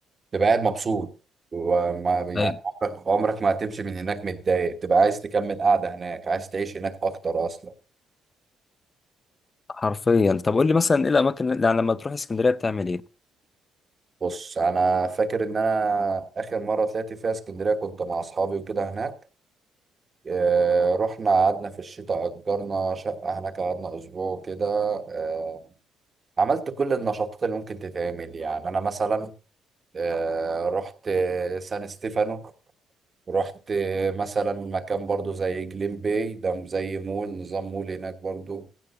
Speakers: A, on the right; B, on the left.
A: تبقى قاعد مبسوط وما يعني
B: أيوة.
A: عمرك عمرك ما هتمشي من هناك متضايق تبقى عايز تكمل قاعدة هناك عايز تعيش هناك اكتر اصلا
B: حرفيا طب قول لي مثلا ايه الاماكن اللي- يعني لما تروح اسكندريه بتعمل ايه
A: بص انا فاكر ان انا اخر مره طلعت فيها اسكندريه كنت مع اصحابي وكده هناك آه، رحنا قعدنا في الشتاء اجرنا شقه هناك قعدنا اسبوع كده آه، عملت كل النشاطات اللي ممكن تتعمل يعني انا مثلا آه، رحت سان ستيفانو رحت مثلا مكان برضو زي جليم باي ده زي مول نظام مول هناك برضو